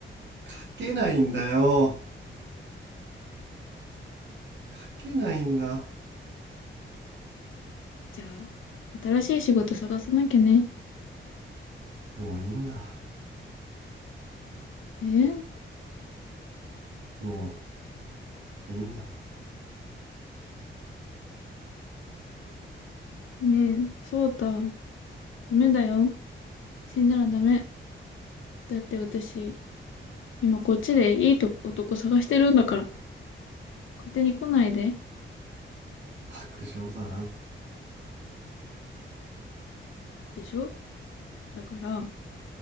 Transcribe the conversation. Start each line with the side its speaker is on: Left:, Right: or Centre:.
Right: 書けないんだよ書けないんだ
Left: じゃあ、新しい仕事探さなきゃね。
Right: もういいんだ
Left: えー
Right: もういいんだ
Left: ねえ、そうた、ダメだよ。死んだらダメ。だって私、今こっちでいいとこ男探してるんだから、勝手に来ないで。
Right: 白状だな
Left: でしょだから、